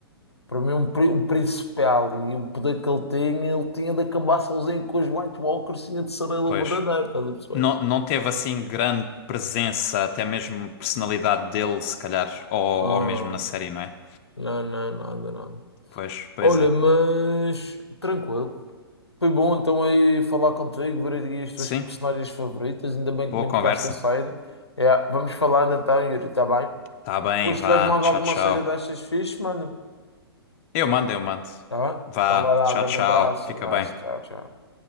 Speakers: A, on the left; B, on the left.
A: Para mim, um, pri- um principal e o poder que ele tinha, ele tinha de acabar sozinho com os White Walkers, tinha de ser ele o
B: pois.
A: verdadeiro, estás a perceber?
B: Não, não teve assim grande presença, até mesmo personalidade dele, se calhar, ou,
A: Ah,
B: ou mesmo na série, não é?
A: não, não, nada, nada.
B: Pois, pois
A: Olha,
B: é.
A: mas tranquilo. Foi bom então aí falar contigo, ver aqui as tuas
B: Sim,
A: personagens favoritas, ainda bem
B: boa
A: que me indicaste
B: conversa.
A: a série. É, vamos falando então, Yuri, está bem?
B: Tá bem,
A: Hoje,
B: vá.
A: se tiveres mais
B: Tchau,
A: alguma
B: tchau.
A: série destas fixe, mano,
B: Eu mando, eu mando.
A: tá bem?
B: Vá.
A: Então vai lá,
B: Tchau,
A: um grande
B: tchau.
A: abraço,
B: Fica
A: abraço,
B: bem.
A: tchau, tchau.